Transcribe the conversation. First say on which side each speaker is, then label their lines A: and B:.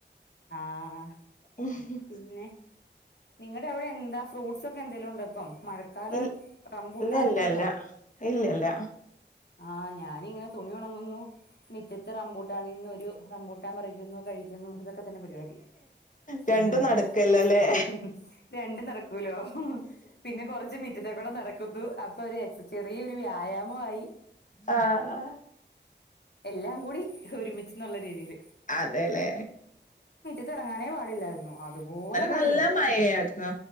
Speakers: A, on the left; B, on the left.
A: ആഹ്
B: ഹ്
A: പിന്നെ നിങ്ങടെ അവിടെ എന്താ ഫ്രൂട്ട്സ് ഒക്കെ എന്തെലും ഉണ്ടോ ഇപ്പം? മഴക്കാലം
B: ഇല്ല
A: റമ്പൂട്ടാനൊക്കെ
B: ഇല്ല
A: ണ്ടോ?
B: ഇല്ല ഇല്ലല്ല
A: ആ ഞാനിങ്ങനെ തുണി ഒണങ്ങുന്നു മിറ്റത്ത് റബൂട്ടാ നീന്ന് ഒരു റംബൂട്ടാ പറിക്കുന്നു കഴിക്കുന്നു ഇത കെതന്നെ പരിപാടി ഹ്
B: രണ്ടും
A: ഹ്
B: നടക്കല്ലല്ലേ
A: ഹ് രണ്ടു നടക്കൂലോ പിന്നെ കൊറച്ച് മിറ്റത്തെകോടെം നടക്കുന്നു അപ്പൊ ഒരു എക്സ ചെറിയൊരു വ്യായാമു ആയി
B: ആ ഹ
A: എല്ലാ കൂടി ഒരുമിച്ച് ന്നുള്ള രീതീല്.
B: അതെലെ
A: ത്തിറങ്ങാനേ പാടില്ലാര്ന്നു അതുപോലെ മഴയായിരുന്നു
B: നല്ല മഴയായിരുന്നു